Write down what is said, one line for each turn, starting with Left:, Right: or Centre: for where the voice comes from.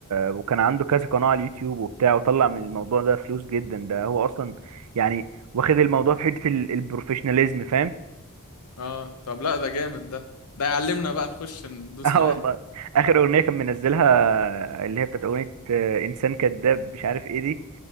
Right: وكان عنده كذا قناة على اليوتيوب وبتاع وطلع من الموضوع ده فلوس جدا ده هو أصلا يعني واخد الموضوع في حتة ال... البروفيشناليزم فاهم
Left: <laughs> اه طب لا ده جامد ده ده يعلمنا بقى نخش ندوس
Right: <laughs> اه
Left: معاه
Right: والله آخر أغنية كان منزلها اللي هي بتاعت أغنية آه، إنسان كذاب مش عارف إيه دي